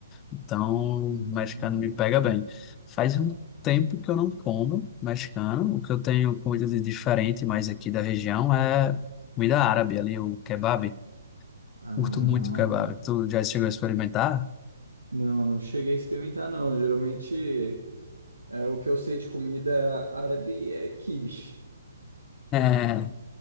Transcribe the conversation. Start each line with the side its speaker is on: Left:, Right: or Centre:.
Left: Então,
Right: Não.
Left: mexicano me pega bem. Faz um tempo que eu não como mexicano, o que eu tenho comida de diferente mais aqui da região é comida árabe, ali o kebab.
Right: Ah,
Left: Curto muito kebab. Tu já chegou a experimentar?
Right: não, não cheguei a experimentar, não. Geralmente, é, o que eu sei de comida árabe é quibe.
Left: É.